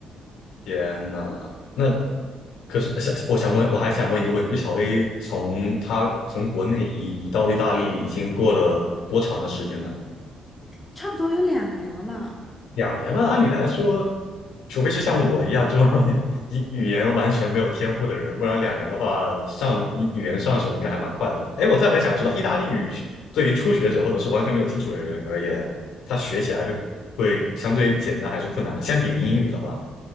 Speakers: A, on the left; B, on the left.
A: 天呐，那可是小，我想问，我还想问一个问题，就小 A 从他从国内移移到意大利已经过了多长的时间呢？
B: 差不多有两年了嘛。
A: 两年了，按理来说，除非是像我一样这种 <laughs> 语语言完全没有天赋的人，不然两年的话，上语语言上手应该还蛮快的吧？哎，我特别想知道，意大利语是对于初学者或者是完全没有基础的人而言，他学起来是会相对简单还是困难的？相比于英语的话，